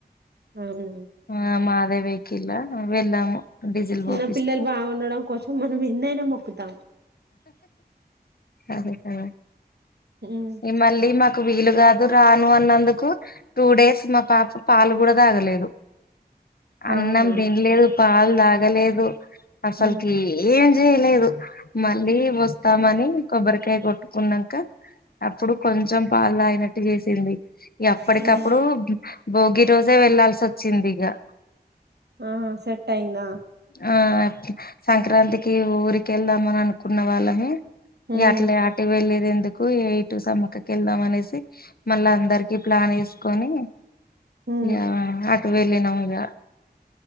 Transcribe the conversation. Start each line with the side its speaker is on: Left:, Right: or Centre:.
Right: అవున్లే
Left: ఆ మాదే వెహికిల్ల వెళ్ళాము డీజిల్
Right: చిన్న
Left: పోపిస్తే
Right: పిల్లలు బాగుండడం కోసం మనం ఎన్నైనా మొ కుతామ్
Left: అదే కద
Right: ఉమ్
Left: ఈ మళ్ళీ మాకు వీలుగా నే రాను అన్నందుకు టూ డేస్ మా పాప పాలు కూడా తాగలేదు
Right: అవునా
Left: అన్నం తినలేదు పా లాగలేదు అసల్కి
Right: హ్మ్
Left: ఏం ఇ లేదు మళ్ళీ వస్తామని కొబ్బరికాయ కొట్టుకున్నాక అప్పుడు కొంచెం పాలు దగిన గెన్ చేసింది అప్పటికప్పుడు
Right: హుహు
Left: భోగి రోజే వెళ్లాాల్సి వచ్చింది ఇగా
Right: ఆ సెట్ అయిందా
Left: ఆ సంక్రాంతికి ఊరికెలా మన కున్న వాళ్ళమే
Right: హ్మ్
Left: ఇగ అట్లే అటు వెళ్లేది ఎందుకు ఎటు సమ్మక్కకి వెళ్దాం అనేసి మళ్ళ అందరికి ప్లాన్ వేసుకొని
Right: హ్మ్
Left: యా ఆ వెళ్ళనమ్ ఇగ